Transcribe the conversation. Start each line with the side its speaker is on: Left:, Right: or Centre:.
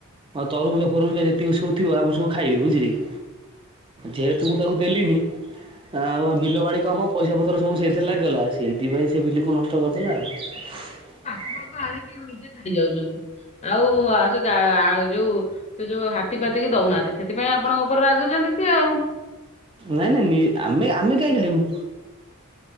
Right: ତରୁଭୁଜ ଫରଫୁଜ ଯେତିକି ସବୁ ଥିବ ଆମର ସବୁ ଖାଇବେ ବୁଝିଲେ କି। ଯେହେତୁ ମୁ ତାକୁ ଦେଲିନି ଆଉ ବିଲ ବାଡି କାମ ପଇସା ପତ୍ର ସବୁ ସେଇଥିରେ ଲାଗିଗଲା। ସେଇଥିପାଇଁ ସେ ବିଲ କୁ ନଷ୍ଟ କରିଦେଲା ଆଉ। <inaudible>
Left: ନିଜେ ଖାଇଯାଉଛନ୍ତି ଆଉ-ଉ-ଉ ଆ ସେ ଗା ଆଉ ଯୋଉ ସେ ଯୋଉ ହାତୀ ପାତିକି ଦଉନାହାନ୍ତି ସେଥିପାଇଁ ଆପଣଙ୍କ ଉପରେ ରାଗୁଛନ୍ତି ସିଏ ଆଉ।
Right: ନାଇଁ ନାଇଁ ନି ଆମେ ଆମେ କାଇହିଁ ଖାଇବୁ।